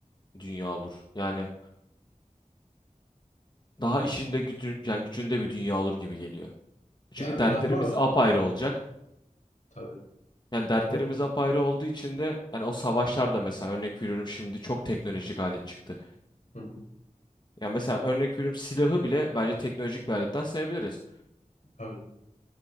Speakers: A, on the left (about 35°); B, on the left (about 65°).
A: dünya olur. Yani daha işinde gücün yani gücünde bir dünya olur gibi geliyor. Çünkü
B: Ya öyle
A: dertlerimiz
B: ama
A: apayrı olacak.
B: tabii.
A: Yani dertlerimiz
B: Tabii.
A: apayrı olduğu için de yani o savaşlarda mesela örnek veriyorum şimdi çok teknolojik alet çıktı.
B: Hı hı,
A: Yani mesela örnek veriyorum silahı bile bence teknolojik bir aletten sayabiliriz.
B: tabii.